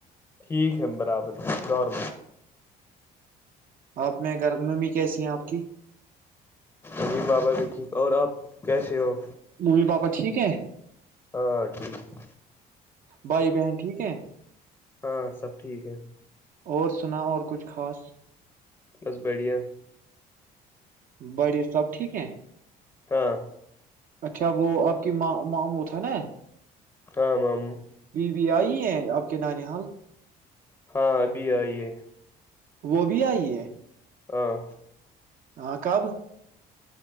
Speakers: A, on the left; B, on the right.
A: ٹھیک ہے برابر ر
B: آپ میں گھر ممی کیسی ہیں آپ کی
A: ابھی بابا بھی ٹھیک اور آپ کیسے ہو
B: ممی پاپا ٹھیک ہے
A: ہاں ٹھیک ہے
B: بھائی بہن ٹھیک ہے
A: ہاں سب ٹھیک ہے
B: اور سنا اور کچھ خاص
A: بس بڑھیا
B: بڑی سب ٹھیک ہے
A: ہاں
B: اچھا وہ آپ کیاں مامو تھا نا
A: ہمم
B: اب آئی ہیں آپ کے نانی حال
A: ہاں ابھی آئی ہے
B: وہ بھی آئی ہے
A: ہاں
B: ہاں کب